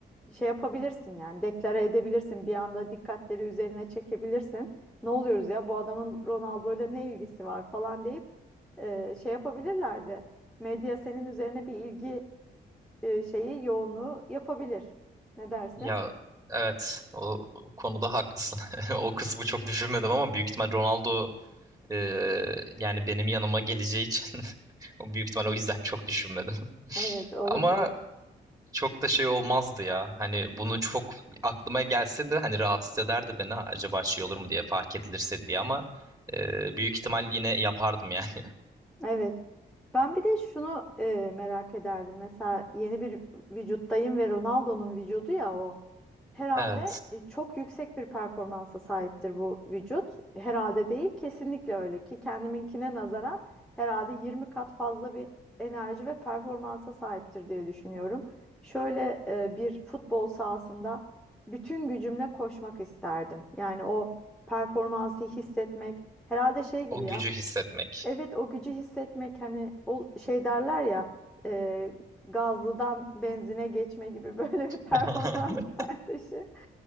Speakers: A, in the centre; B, on the right.
A: şey yapabilirsin yani deklare edebilirsin bir anda dikkatleri üzerine çekebilirsin. Ne oluyoruz ya bu adamın Ronaldo'yla ne ilgisi var falan deyip e, şey yapabilirlerdi. Medya senin üzerine bir ilgi e, şeyi yoğunluğu yapabilir. Ne dersin?
B: Ya evet o konuda haklısın. <laughs> O kısmı çok düşünmedim ama büyük ihtimal Ronaldo Ee, yani benim yanıma geleceği için <laughs> o büyük ihtimal o yüzden çok düşünmedim. <laughs>
A: Evet olabilir.
B: Ama çok da şey olmazdı ya. Hani bunu çok aklıma gelse de hani rahatsız ederdi beni acaba şey olur mu diye fark edilirse diye ama e, büyük ihtimal yine yapardım yani. <laughs>
A: Evet. Ben bir de şunu e, merak ederdim. Mesela yeni bir vücuttayım ve Ronaldo'nun vücudu ya o. Herhalde
B: Evet.
A: e, çok yüksek bir performansa sahiptir bu vücut. Herhalde değil, kesinlikle öyle ki kendiminkine nazaran herhalde 20 kat fazla bir enerji ve performansa sahiptir diye düşünüyorum. Şöyle e, bir futbol sahasında bütün gücümle koşmak isterdim. Yani o performansı hissetmek herhalde şey gibi
B: O
A: ya.
B: gücü hissetmek.
A: Evet o gücü hissetmek hani o şey derler ya e, gazlıdan benzine geçme gibi <laughs> böyle bir performans
B: <laughs>
A: artışı.